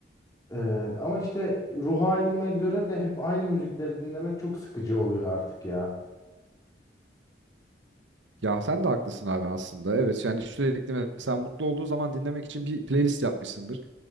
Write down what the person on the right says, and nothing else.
Ya sen de haklısın abi aslında. Evet yani sürekli mesela mutlu olduğu zaman dinlemek için bir playlist yapmışsındır.